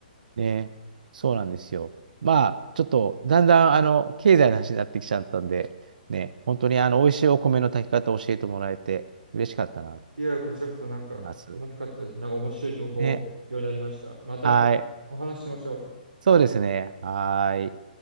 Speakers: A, on the right (about 65°); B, on the right (about 80°).
A: ね。そうなんですよ。まあ、ちょっと、だんだん、あの、経済の話になってきちゃったんで、ね、本当に、あの、美味しいお米の炊き方を教えてもらえて、嬉しかったな、と
B: いや、こちらこそなんか楽しかったです。
A: 思います。
B: なんか面白い情報、
A: ね。
B: ようになりました。またお話ししましょう。
A: はい。そうですね。はい。